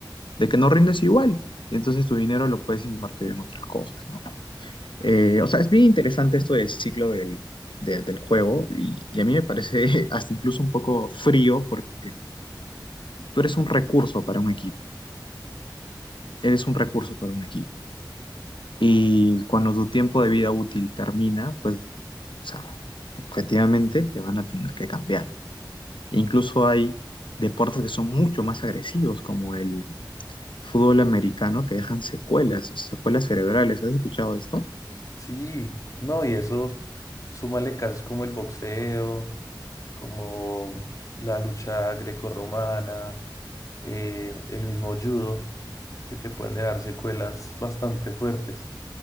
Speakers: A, on the left; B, on the left.
A: de que no rindes igual. Y entonces tu dinero lo puedes invertir en otras cosas, ¿no? Eh, o sea, es bien interesante esto del ciclo del, de- del juego y, y a mí me parece <laughs> hasta incluso un poco frío porque tú eres un recurso para un equipo, eres un recurso para un equipo. Y cuando tu tiempo de vida útil termina, pues, o sea, objetivamente te van a tener que cambiar. Incluso hay deportes que son mucho más agresivos, como el fútbol americano, que dejan secuelas, secuelas cerebrales. ¿Has escuchado esto?
B: sí, no, y eso, súmale casos como el boxeo, como la lucha grecorromana, eh, el mismo judo, que te pueden dejar secuelas bastante fuertes.